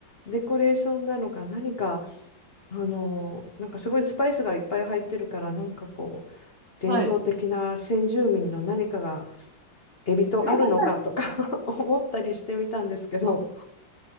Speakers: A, on the left; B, on the right.
A: デコレーションなのか、何か、あの、なんかすごいスパイスがいっぱい入ってるから、なんかこう、伝統的な先住民の何かが、
B: う。はい。
A: エビとあるのかとか
B: <laughs>
A: <laughs> 思ったりしてみたんですけど、